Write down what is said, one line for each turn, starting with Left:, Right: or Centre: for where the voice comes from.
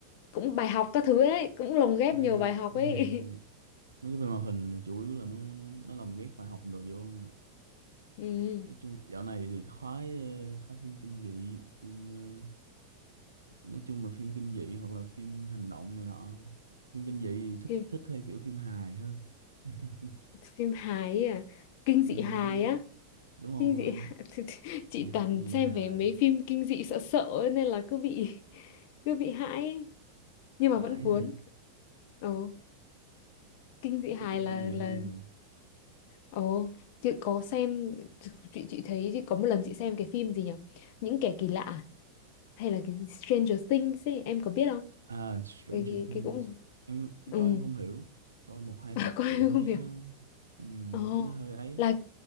Left: cũng bài học các thứ ấy cũng lồng ghép
Right: Ừm,
Left: nhiều bài học ấy
Right: thì mấy cái phim hoạt hình là chủ yếu là nó nó nó lồng ghép bài học đồ vô mà
Left: <laughs> Ừm,
Right: nói chung dạo này thì khoái ờ, khoái phim kinh dị phim ờ, nói chung là phim kinh dị hoặc là phim hành động này nọ phim kinh dị thì thích
Left: phim
Right: thích theo kiểu phim hài hơn <laughs>
Left: phim hài ấy à kinh
Right: Ừm,
Left: dị hài á
Right: đúng rồi
Left: kinh dị <laughs> chị
Right: Dạ,
Left: toàn
Right: cái gì
Left: xem
Right: hài
Left: về mấy phim kinh dị sợ sợ ấy, nên là cứ bị cứ bị hãi ấy. nhưng mà
Right: hải
Left: vẫn cuốn
Right: hả
Left: ồ kinh dị hài
Right: cái phim
Left: là
Right: kinh dị
Left: là
Right: hay mà
Left: ồ chị có xem chị chị thấy chị có một lần chị xem cái phim gì nhỉ những kẻ kỳ lạ à? hay là cái Stranger Things ấy em có biết không
Right: à Stranger
Left: cái cái,
Right: Things
Left: cái cũng
Right: em em
Left: ừ
Right: coi em không hiểu coi một hai tập
Left: <laughs> coi
Right: kiểu thấy
Left: không hiểu
Right: nó ừm,
Left: Ồ,
Right: thấy nó hơi ấy
Left: là